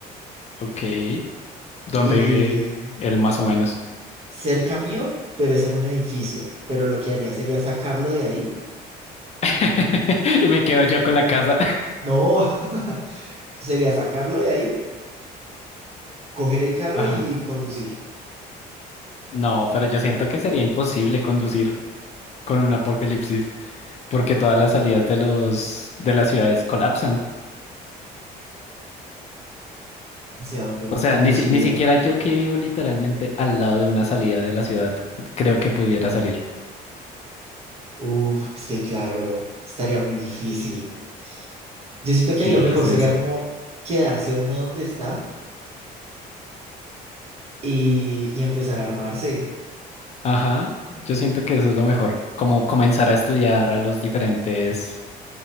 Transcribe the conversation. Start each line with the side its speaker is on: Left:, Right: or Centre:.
Left: Ok, ¿dónde
Right: Y
Left: vive él más o menos?
Right: cerca mío, pero es en un edificio. Pero lo que haría sería sacarlo de ahí.
Left: <laughs> Y me quedo yo con la casa.
Right: No, <laughs> sería sacarlo de ahí, coger el carro
Left: Ajá.
Right: y conducir.
Left: No, pero yo siento que sería imposible conducir con un apocalipsis, porque todas las salidas de los de las ciudades colapsan.
Right: O sea, donde uno
Left: O sea,
Right: conduciría.
Left: ni, si- ni siquiera yo que vivo literalmente al lado de una salida de la ciudad, creo que pudiera salir.
Right: Uf, es que claro, estaría muy difícil. Yo siento
Left: Sí,
Right: que ahí lo mejor
Left: es
Right: sería
Left: eso.
Right: como quedarse uno donde está y, y empezar a armarse.
Left: Ajá, yo siento que eso es lo mejor, como comenzar a estudiar a los diferentes,